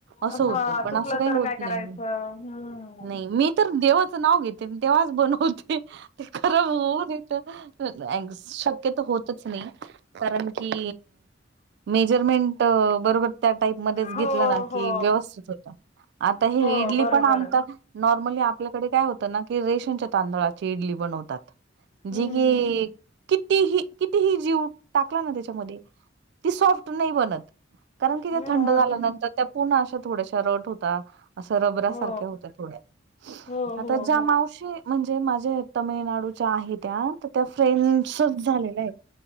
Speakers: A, on the left; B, on the right.
A: हा
B: असं होत पण
A: चुकलं
B: असं काही
A: तर
B: होत
A: काय करायचं
B: नाही..
A: हम्म
B: नाही मी तर देवाचं नाव घेते देवाच बनवते. हृ.. ते खरं होन येत शक्यत होतच नाही कारण की.. मेजरमेंट.. बरोबर त्या टाईप मध्येच घेतलं
A: हो
B: ना कि
A: हो
B: व्यवस्थित होत आता हे
A: हो
B: इडली
A: बरोबर
B: पण आमता नॉर्मली आपल्याकडे काय होतं ना की रेशमच्या तांदळाची इडली बनवतात.
A: हम्म
B: जी... गी.. कितीही.. कितीही जीव टाकला ना त्याच्यामध्ये ती सॉफ्ट नाही बनत. कारण की त्या
A: ह
B: थंड
A: हा
B: झाल्यानंतर
A: हा
B: त्या पुन्हा अशा थोड्याशा रट होत. असं रबऱसारख्या
A: हो
B: होत्या थोड्या
A: हो..
B: आता ज्या
A: हो
B: मावशी म्हणजे माझे तमिळनाडूच्या आहे त्या तर त्या फ्रेंडसच झालेल्या आहेत.